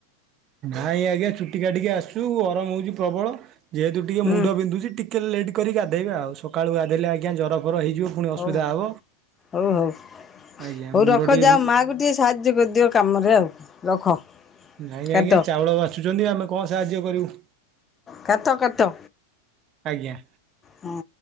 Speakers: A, on the right; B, on the left.
A: ନାଇଁ ଆଜ୍ଞା ଚୁଟି କାଟିକି ଆସୁଚୁ ଗରମ ହଉଛି ପ୍ରବଳ ଯେହେତୁ ଟିକେ
B: ହୁଁ
A: ମୁଣ୍ଡ ବିନ୍ଧୁଛି ଟି କେ ଲେଟ୍ କରିକି ଗାଧଇବା ଆଉ ସକାଳୁ ଗାଧଇଲେ ଆଜ୍ଞା ଜରଫର ହେଇଯିବ। ପୁଣି
B: ହଉ
A: ଅସୁବିଧା ହବ।
B: ହଉ ହଉ
A: ଆଜ୍ଞା
B: ହଉ
A: ମୁଣ୍ଡ
B: ରଖ
A: ଟିକେ
B: ଯା
A: ବି
B: ଆଉ ମା କୁ ସାହାଯ୍ୟ କରିଦିଅ କାମରେ ଆଉ ରଖ।
A: ନାଇଁ
B: କାଟ।
A: ଆଜ୍ଞା ଚାଉଳ ବାଛୁଛନ୍ତି ଆମେ କଣ ସାହାଯ୍ୟ କରିବୁ?
B: କାତ କାତ
A: ଆଜ୍ଞା।
B: ହୁଁ।